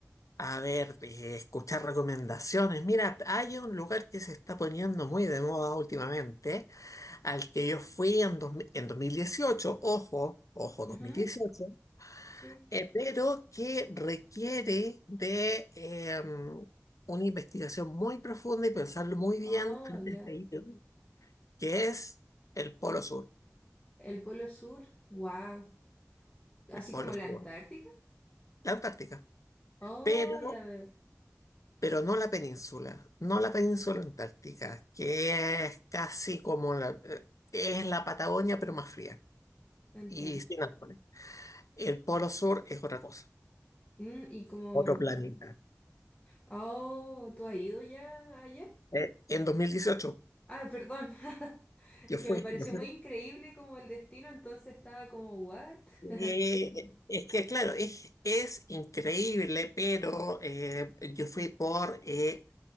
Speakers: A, on the left; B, on the left.
A: A, ver, eh, escuchar recomendaciones. Mira, hay un lugar que se está poniendo muy de moda últimamente, al que yo fui en, dos- mi- en dos mil dieciocho ojo, ojo,
B: Ujú,
A: 2018,
B: sí.
A: eh, pero que requiere de em, una investigación muy profunda y pensarlo muy bien
B: Oh,
A: antes
B: ya.
A: de ir, que es el Polo Sur,
B: El Polo Sur. Wow. Así
A: el Polo
B: como la
A: Sur,
B: Antártica.
A: la Antártica.
B: Oh,
A: Pero
B: ya veo.
A: pero no la península, no la península antártica, que es casi como la, eh, es la Patagonia, pero más fría
B: Entiendo.
A: y sin árboles. El Polo Sur es otra cosa,
B: Mm, y como,
A: otro planeta.
B: oh, ¿tú has ido ya allá?
A: Eh, en 2018,
B: Ah, perdón. <laughs>
A: yo
B: Es
A: fui,
B: que me pareció
A: yo fui.
B: muy increíble como el destino, entonces estaba como, ¿what?
A: Eh,
B: <laughs>
A: es que, claro, es, es increíble, pero eh, yo fui por eh,